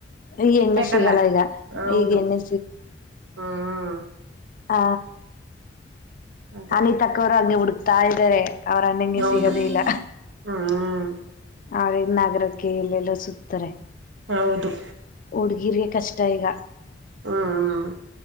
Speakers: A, on the left; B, on the right.
A: ಈಗ
B: ಸಿಕ್ಬೇಕಲ್ಲ
A: ಎಣ್ಣೆ ಸಿಗಲ್ಲ ಈಗ
B: ಹೌದು
A: ಈಗ ಎಣ್ಣೆ
B: ಹ್ಮ್.
A: ಹ
B: ಅದೇ
A: ಅನಿತಕ್ಕವರು ಹಾಗೆ ಹುಡುಕ್ತಾ ಇದ್ದಾರೆ. ಅವ್ರ ಅಣ್ಣಂಗೆ
B: ಹೌದು
A: ಸಿಗದೇ ಇಲ್ಲ.
B: ಹ್ಮ್
A: ಅವ್ರ ನಾಗರಕ್ಕೆ ಎಲ್ಲೆಲ್ಲ ಸುತ್ತತಾರೆ.
B: ಹೌದು.
A: ಹುಡ್ಗೀರ್ರಿಗೆ ಕಷ್ಟ ಈಗ.
B: ಹ್ಮ್ ಹ್ಮ.